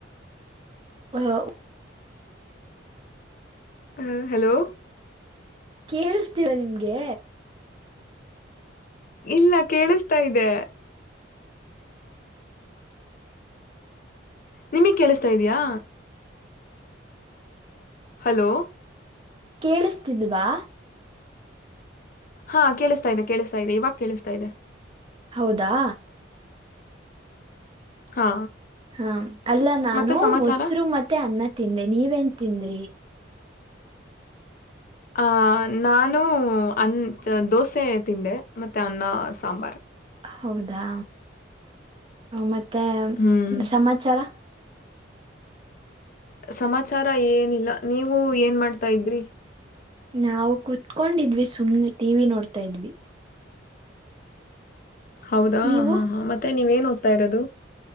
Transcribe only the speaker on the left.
ಹ ಹಲೋ
ಇಲ್ಲ ಕೇಳಿಸ್ತಾ ಇದೆ ನಿಮಗ್ ಕೇಳಿಸತಾ ಇದಯಾ ಹಲೋ
ಹಾ ಕೇಳಿಸ್ತಾ ಇದೆ ಕೇಳಿಸ್ತಾ ಇದೆ ಇವಾಗ ಕೇಳಿಸ್ತಾ ಇದೆ
ಹಾ
ಮತ್ತೆ ಸಮಾಚಾರ
ಆ ನಾನು ಅನ್ ದೋಸೆ ತಿಂದೇ ಮತ್ತೆ ಅನ್ನ ಸಾಂಬಾರ್
ಹ್ಮ್
ಸಮಾಚಾರ ಏನಿಲ್ಲ ನೀವು ಏನ್ ಮಾಡ್ತಾ ಇದ್ರಿ
ಹೌದಾ
ಹಾ ಹಾ ಮತ್ತೆ ನೀವೇನ್ ಓದ್ತಾ ಇರೋದು